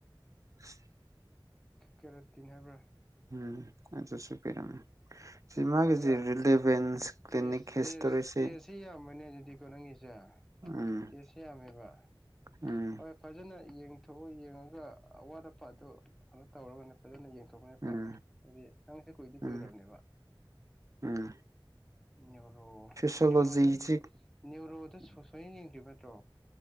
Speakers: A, on the right; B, in the centre.
A: <inaudible>
B: ꯀꯦꯔꯣꯇꯤꯟ ꯍꯥꯏꯕ꯭ꯔꯥ꯫
A: ꯎꯝ ꯑꯗꯨꯁꯨ ꯄꯤꯔꯝꯃꯦ꯫ ꯁꯤ ꯃꯥꯒꯤꯁꯦ
B: ꯑꯩꯌꯥ
A: ꯔꯤꯂꯤꯚꯦꯟꯁ ꯀ꯭ꯂꯤꯅꯤꯛ
B: ꯇꯦꯖ
A: ꯍꯤꯁꯇꯣꯔꯤꯁꯤ
B: ꯇꯦꯖ ꯇꯦꯖ ꯁꯤ ꯌꯥꯝꯕꯅꯦ ꯑꯗꯨꯗꯤꯀꯣ ꯅꯪꯒꯤꯁꯦ꯫
A: ꯎꯝ
B: ꯇꯦꯁ ꯌꯥꯝꯃꯦꯕ
A: ꯎꯝ
B: ꯍꯣꯏ ꯐꯖꯅ꯫ ꯌꯦꯡꯊꯣꯛꯑꯣ ꯌꯦꯡꯉꯒ ꯑꯋꯥꯠ ꯑꯄꯥ ꯑꯗꯨ ꯀꯩꯅꯣ ꯇꯧꯔꯒꯅꯦ ꯐꯖꯅ ꯌꯦꯡ ꯊꯣꯛꯄꯅ
A: ꯎꯝ
B: ꯐꯕꯅꯦ ꯍꯥꯏꯗꯤ ꯅꯪꯁꯦ ꯀꯨꯏꯗꯤ
A: ꯎꯝ
B: ꯀꯨꯏꯔꯕꯅꯦꯕ꯫
A: ꯎꯝ꯫
B: ꯅ꯭ꯌꯨꯔꯣ
A: ꯐꯤꯁꯣꯂꯣꯖꯤꯁꯤ
B: ꯅ꯭ꯌꯨꯔꯣꯗ ꯅ꯭ꯌꯨꯔꯣꯗ ꯁꯣ ꯁꯨꯌꯦꯡ ꯌꯦꯡꯗ꯭ꯔꯤꯕ ꯅꯠꯇ꯭ꯔꯣ꯫